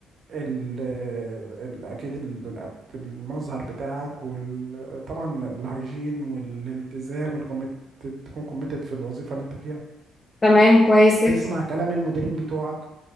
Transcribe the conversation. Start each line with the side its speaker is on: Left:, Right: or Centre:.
Right: ال ال اكيد ال- ال- المظهر بتاعك وطبعا الهيجين والالتزام الكوميت تكون كوميتد في الوظيفه اللي انت فيها
Left: تمام كويس جدا
Right: تسمع كلام المديرين بتوعك